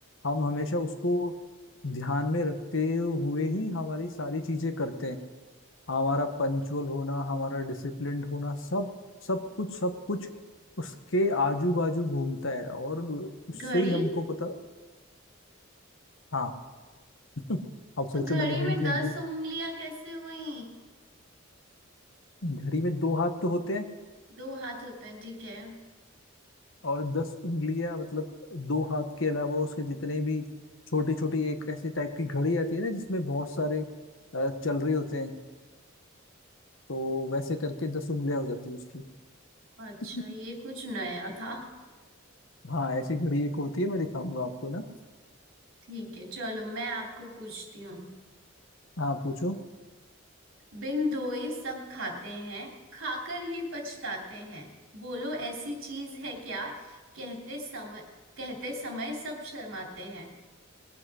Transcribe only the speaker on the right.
घड़ी
पर
घड़ी
में
दस
उंगलियां कैसे हुई
दो हाथ होते हैं ठीक है
अच्छा
ये कुछ नया था
ठीक है चलो मैं आपको पूछती हूँ
बिन धोए सब खाते हैं खाकर ही पछताते हैं बोलो ऐसी चीज है क्या कहते समय कहते समय सब शर्माते हैं